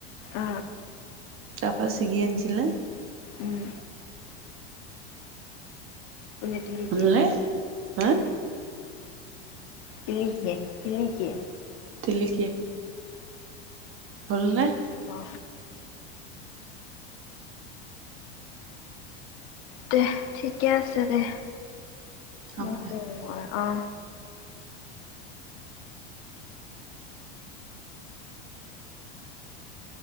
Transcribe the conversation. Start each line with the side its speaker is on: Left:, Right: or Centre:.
Left: অ
Right: তাৰপা ছিগি আনিছিলে
Left: উম পুনে দিলকে
Right: হ'লনে হা
Left: তুিছে তুমছে <unintelligible>
Right: লকে <unintelligible> হ'লনে।
Left: অ। দে ঠিকে আছে, দে
Right: হ'ব
Left: মৌ
Right: দে
Left: শু আৰু। অ